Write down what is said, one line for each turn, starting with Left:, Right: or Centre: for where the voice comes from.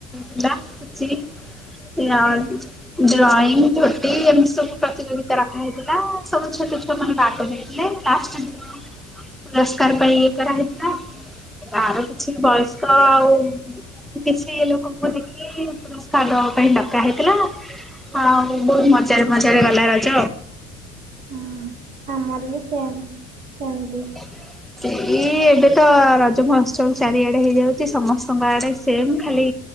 Centre: ଥିଲା ପୁଚି ଆଉ
Right: ହୁଁ
Centre: ଡ୍ରଇଂ, ଝୋଟି ଏମିତି ସବୁ ପ୍ରତିଯୋଗୀ ରଖା ହେଇଥିଲା। ସବୁ ଛୋଟ ଛୁଆ ମାନେ ଭାଗ ନେଇଥିଲେ। ଲାଷ୍ଟ। <unintelligible> ପୁରସ୍କାର ପାଇଁ କରାହେଇଥିଲା। ତାର କିଛି ବୟସ୍କ ଆଉ କିଛି ଲୋକଙ୍କୁ ଦେଖି ପୁରସ୍କାର ଦବା ପାଇଁ ଡକା ହେଇ ହଁ ବହୁତ ମଜାରେ ମଜାରେ ଗଲା ର। <inaudible>
Right: ହୁଁ ଆମର ବି ସେମ୍। ସେମତି।
Centre: ହ ସେଇ ଏବେ ତ ରଜ ମହୋତ୍ସବ ଚାରିଆଡେ ହେଇଯାଉଚି ସମସ୍ତଙ୍କ ଆଡେ ସେମ୍ ଖାଲି